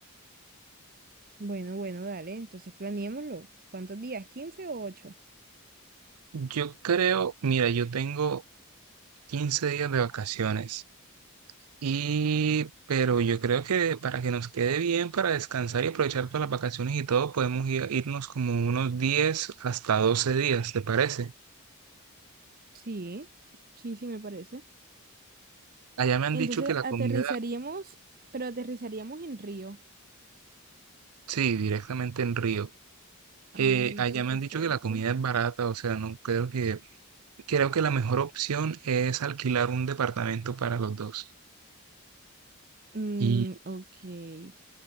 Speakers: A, on the right; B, on the right.
A: Bueno, bueno, dale, entonces planeémoslo. ¿Cuántos días? quince o ocho
B: Yo creo, mira, yo tengo 15 días de vacaciones. Y, pero yo creo que para que nos quede bien, para descansar y aprovechar todas las vacaciones y todo, podemos ir- irnos como unos 10 hasta 12 días, ¿te parece?
A: Sí, sí, sí, me parece.
B: Allá me han
A: Entonces,
B: dicho que la
A: aterrizaríamos,
B: comida,
A: pero aterrizaríamos en Río.
B: sí, directamente en Río.
A: Ah,
B: Eh,
A: listo,
B: allá
A: perfecto.
B: me han dicho que la comida es barata, o sea, no creo que, creo que la mejor opción es alquilar un departamento para los dos.
A: Mm,
B: Y,
A: ok.